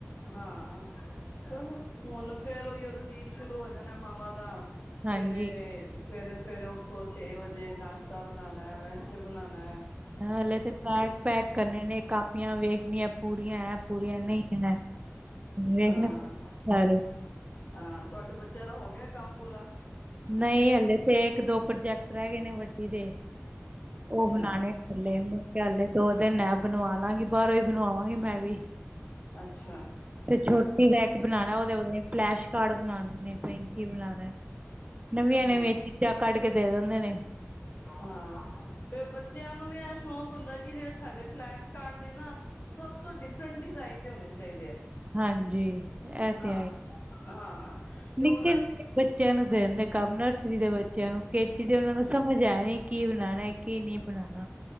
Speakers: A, on the left; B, on the right.
A: ਹਾਂ, ਚਲੋ ਹੁਣ ਫੇਰ ਉਹੀ ਉਹ ਰੂਟੀਨ ਸ਼ੁਰੂ ਹੋ ਜਾਣਾ ਮਾਵਾਂ ਦਾ
B: ਹਾਂਜੀ,
A: ਸਵੇਰੇ ਸਵੇਰੇ ਸਵੇਰੇ ਉੱਠੋ ਛੇ ਵਜੇ ਨਾਸ਼ਤਾ ਬਣਾਣਾ ਲੰਚ ਬਣਾਣਾ।
B: ਹਲੇ ਤੇ ਪੈਕ ਪੈਕ ਕਰਨੇ ਨੇ ਕਾਪੀਆਂ ਵੇਖਣੀਆਂ। ਪੂਰੀਆਂ ਐ ਪੂਰੀਆਂ ਨਹੀਂ ਐ ਵੇਖਣੇ
A: ਹਾਂ
B: ਸਾਰੇ
A: ਹਾਂ, ਤੁਹਾਡੇ ਬੱਚਿਆਂ ਦਾ ਹੋ ਗਿਆ ਕੰਮ ਪੂਰਾ।
B: ਨਹੀਂ ਹਲੇ ਤੇ ਇੱਕ ਦੋ ਪ੍ਰੋਜੈਕਟ ਰਹਿ ਗਏ ਨੇ ਵੱਡੀ ਦੇ।
A: ਅੱਛਾ
B: ਉਹ ਬਣਾਣੇ <unintelligible> ਮੁਕੇ ਹਲੇ ਉਹਦੇ ਮੈਂ ਬਣਵਾ ਲਾਂਗੀ ਬਾਹਰੋਂ ਹੀ। ਬਣਵਾਵਾਂਗੀ ਮੈਂ ਵੀ
A: ਅੱਛਾ
B: ਤੇ ਛੋਟੀ ਦਾ ਇੱਕ ਬਣਾਣਾ ਉਹਦੇ ਫਲੈਸ਼ ਕਾਰਡ ਬਣਾਣੇ <unintelligible> ਕੀ ਬਣਾਣਾ, ਨਵੀਆਂ
A: ਹਾਂ
B: ਨਵੀਆਂ ਚੀਜ਼ਾਂ ਕੱਢ ਕੇ ਦੇ ਦਿੰਦੇ ਨੇ।
A: ਹਾਂ। ਫਿਰ ਬੱਚਿਆਂ ਨੂੰ ਵੀ ਇਹ ਸ਼ੌਕ ਹੁੰਦਾ ਕਿ ਜਿਹੜੇ ਸਾਡੇ ਫਲੈਸ਼ ਕਾਰਡ ਨੇ ਨਾ, ਸਭ ਤੋਂ ਡਿਫਰੈਂਟ ਡਿਜ਼ਾਇਨ ਦੇ ਹੋਣੇ ਚਾਹੀਦੇ ਆ।
B: ਹਾਂਜੀ, ਏ
A: ਹਾਂ
B: ਤੇ ਹੈਈ।
A: ਹਾਂ। ਤੇ ਹੁਣ
B: ਨਿੱੱਕੇ ਨਿੱੱਕੇ
A: ਅਸੀਂ
B: ਬੱਚਿਆਂ ਨੂੰ ਦੇ ਦਿੰਦੇ ਕੰਮ ਨਰਸਰੀ ਦੇ ਬੱਚਿਆਂ ਨੂੰ ਕੇ ਜੀ ਦੇ ਉਹਨਾਂ ਨੂੰ ਸਮਝ ਆਇਆ ਨੀ। ਕੀ ਬਣਾਣਾ ਏ, ਕੀ ਨਹੀਂ ਬਣਾਣਾ।